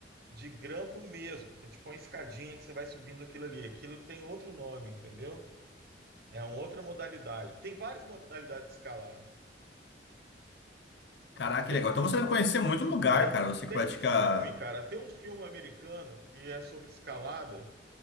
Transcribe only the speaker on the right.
de grampo mesmo, que é tipo uma escadinha que você vai subindo aquilo ali. Aquilo tem outro nome, entendeu? É uma outra modalidade. Tem várias modalidades de escalada.
Tem,
Tem,
tem
um filme, cara, tem um filme americano que é sobre escalada,